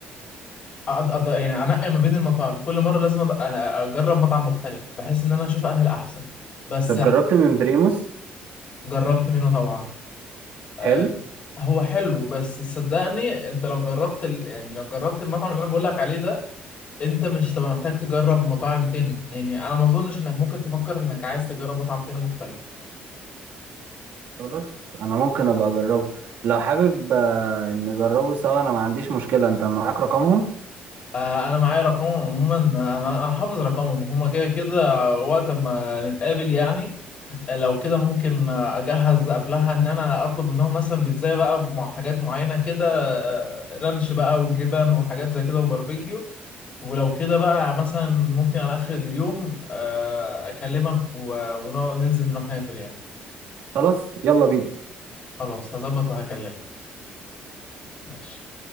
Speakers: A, on the left; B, on the right.
A: أقد... أقد... يعني انقي ما بين المطاعم كل مره لازم أد... أنا اجرب مطعم مختلف بحيث ان انا اشوف انهي الاحسن بس
B: طب جربت من بريموس
A: جربت منه طبعا آه،
B: حلو
A: هو حلو بس صدقني انت لو جربت ال... يعني لو جربت المطعم اللي انا بقول لك عليه ده انت مش هتبقى محتاج تجرب مطاعم تاني يعني انا ما اظنش انك ممكن تفكر انك عايز تجرب مطعم تاني مختلف
B: خلاص انا ممكن ابقى اجربه لو حابب آه، نجربه سوا انا ما عنديش مشكلة انت معاك رقمهم
A: آه، انا معايا رقمهم عموما انا انا حافظ رقمهم هما كده كده وقت ما نتقابل يعني آه، لو كده ممكن آه، اجهز قبلها ان انا اطلب منهم مثلا بيتزا بقى مع حاجات معينه كده آه، رانش بقى وجبن وحاجات زي كده وباربيكيو ولو كده بقى مثلا ممكن على اخر اليوم آه، اكلمك و- ونقعد ننزل نروح ناكل يعني
B: خلاص يلا بينا
A: خلاص هظبط وهكلمك ماشي